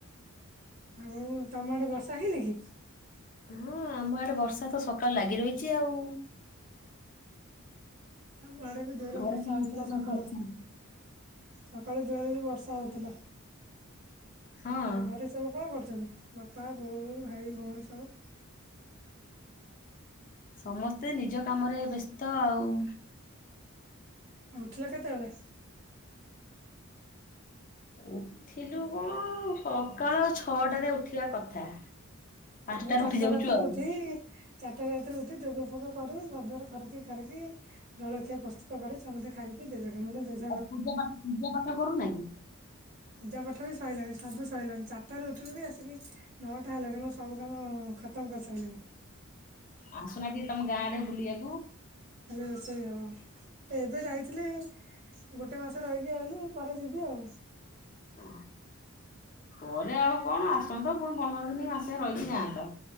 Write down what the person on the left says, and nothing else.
ହୁଁ ଆମ ଆଡେ ବର୍ଷା ତ ସକାଳୁ ଲାଗି ରହିଛି ଆଉ।
ଘରେ
ସମସ୍ତେ
କେମିତି
ଅଛନ୍ତି?
ହଁ
ସମସ୍ତେ ନିଜ କାମରେ ବ୍ୟସ୍ତ ଆଉ।
ଉଠିଲୁ କଣ? ସକାଳ ଛଅଟାରେ ଉଠିବା କଥା। ପାଞ୍ଚଟାରେ
ଉଠି ଯାଉଛୁ
ଆଉ
ଆଉ ପୂଜା ପାଠ ପୂଜା ପାଠ କରୁନାହିଁକି?
ଆସୁନା ଟିକେ ତମ ଗାଁ ଆଡେ ବୁଲିବାକୁ।
ଆଃ ପରେ ଆଉ କଣ? ଆସନ୍ତ କଣ ପନ୍ଦର ଦିନ ମାସେ ରହିକି ଯାଆନ୍ତ।